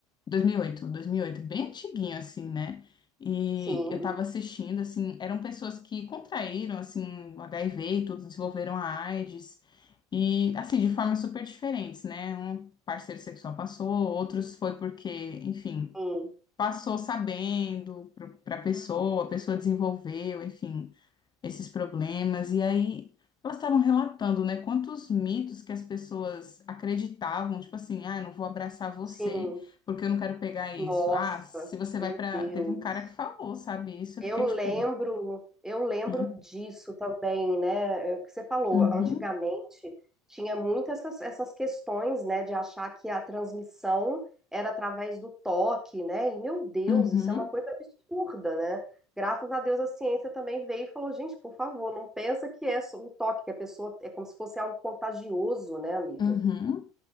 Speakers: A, on the left; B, in the centre.
A: dois dois mil mil e oito dois mil e oito bem antiguinho assim, né? E
B: Sim,
A: eu tava assistindo, assim, eram pessoas que contraíram, assim, o HIV e tudo, desenvolveram a AIDS, e, assim, de formas super diferentes, né? Um parceiro sexual passou, outros foi porque, enfim,
B: sim,
A: passou sabendo pra pra pessoa, a pessoa desenvolveu, enfim esses problemas. E aí elas estavam relatando, né, quantos mitos que as pessoas acreditavam, tipo assim, ah, eu não vou abraçar você
B: sim.
A: porque eu não quero pegar
B: Nossa,
A: isso. Ah, se você
B: meu
A: vai pra.
B: Deus.
A: Teve um cara que falou, sabe, isso,
B: Eu
A: eu fiquei
B: lembro,
A: tipo,
B: eu lembro
A: né?
B: disso também, né? É o que você falou,
A: Uhum,
B: antigamente tinha muito essas, essas questões, né, de achar que a transmissão era através do toque, né? E meu Deus,
A: uhum,
B: isso é uma coisa absurda, né? Graças a Deus a ciência também veio e falou, gente, por favor, não pensa que é só o toque, que a pessoa é como se fosse algo contagioso, né, amiga?
A: uhum.